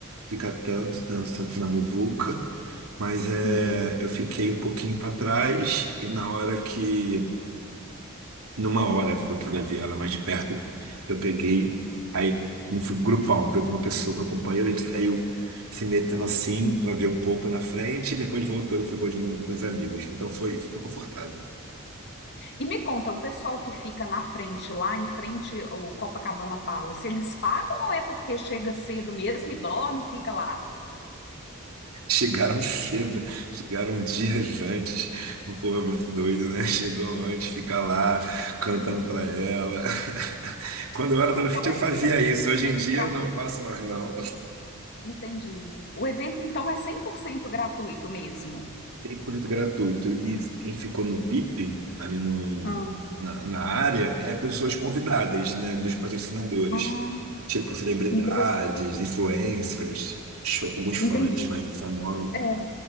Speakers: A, on the right (about 75°); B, on the left (about 50°).
A: ficar tanto, tanto, tanto na muvuca, mas é,
B: Uhum.
A: eu fiquei um pouquinho para trás e na hora que, numa hora que eu queria ver ela mais de perto, eu peguei, aí um grupão, veio com uma pessoa, meu companheiro, ele saiu se metendo assim
B: uhum.
A: para ver um pouco na frente e depois voltou e ficou de novo com os amigos. Então foi, ficou confortável.
B: E me conta, o pessoal que fica na frente, lá em frente ao Copacabana Palace, eles pagam ou é porque chega cedo mesmo e dorme e fica lá?
A: Chegaram cedo, chegaram dias antes. O povo é muito doido, né? <laughs> Chegou antes, fica lá cantando
B: Não.
A: pra ela. <laughs> Quando eu era adolescente,
B: Então o
A: eu
B: evento
A: fazia
B: é 100%
A: isso. Hoje em dia,
B: gratuito.
A: não faço mais, não.
B: Entendi. O evento então é 100% gratuito mesmo.
A: 100% gratuito. E quem ficou no VIP, ali no,
B: Ah,
A: na, na área, é pessoas convidadas, né? Dos patrocinadores.
B: ah,
A: Tipo, celebridades,
B: que interessante.
A: influencers, show- alguns fãs
B: Entendi.
A: mais famosos.
B: É,